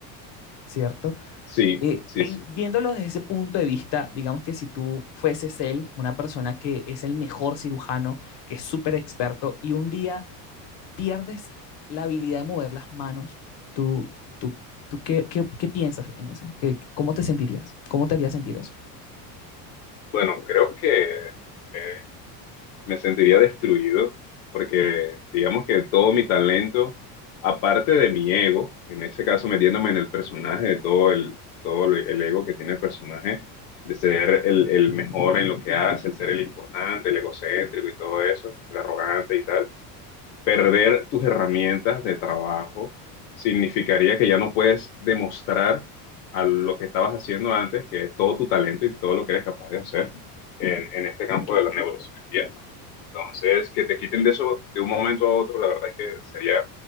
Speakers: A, on the left (about 60°); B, on the left (about 80°).
A: ¿cierto?
B: Sí,
A: Eh,
B: sí,
A: pen-
B: sí.
A: viéndolo desde ese punto de vista, digamos que si tú fueses él, una persona que es el mejor cirujano, que es súper experto, y un día pierdes la habilidad de mover las manos, ¿tú, tú, tú qué, qué, qué piensas en eso? ¿Qué, qué- cómo te sentirías? ¿Cómo te haría sentir eso?
B: Bueno, creo que eh, me sentiría destruido porque digamos que todo mi talento, aparte de mi ego, en ese caso metiéndome en el personaje, de todo el, todo el el ego que tiene el personaje, de ser el, el mejor en lo que hace, el ser el importante, el egocéntrico y todo eso, el arrogante y tal, perder tus herramientas de trabajo significaría que ya no puedes demostrar a lo que estabas haciendo antes que todo tu talento y todo lo que eres capaz de hacer en, en este campo de la neurociencia. Entonces, que te quiten de eso de un momento a otro, la verdad es que sería